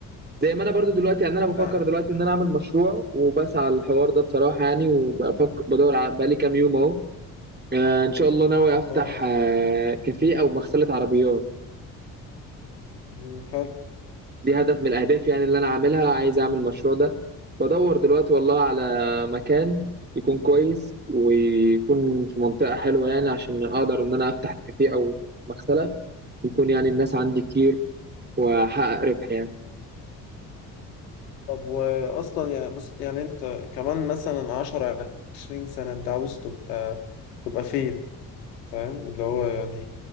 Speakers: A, on the right (about 20°); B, on the left (about 85°).
A: زي ما انا برضو دلوقتي يعني انا بفكر
B: انا
A: دلوقتي ان انا اعمل مشروع وبسعى على الحوار ده بصراحه يعني وبفكر بدور على- بقالي كام يوم اهو آه ان شاء الله ناوي افتح
B: اه
A: آه كافيه او مغسله عربيات
B: مم، حلو
A: دي هدف من الأهداف يعني اللي أنا عاملها عايز أعمل المشروع ده بدور دلوقتي والله على مكان يكون كويس ويكون في منطقة حلوة يعني عشان أقدر إن أنا أفتح كافيه أو مغسلة يكون يعني الناس عندي كتير وأحقق ربح يعني
B: طب واصلا يعني بص يعني انت كمان مثلا عشرة عشرين سنة انت عاوز تبقى تبقى فين فاهم اللي هو يعني